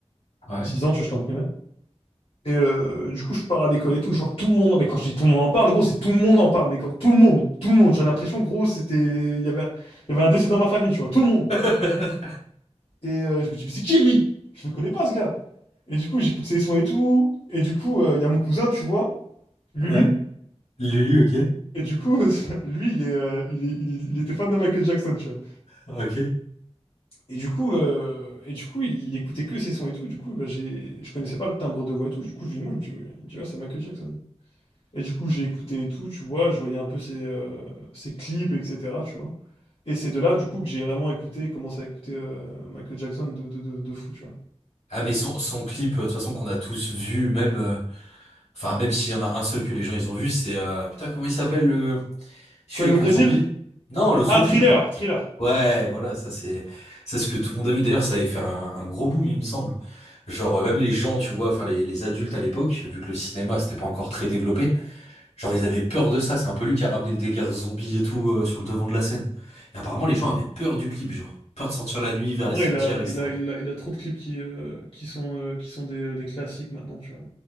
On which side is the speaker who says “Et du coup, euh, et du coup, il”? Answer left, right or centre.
Left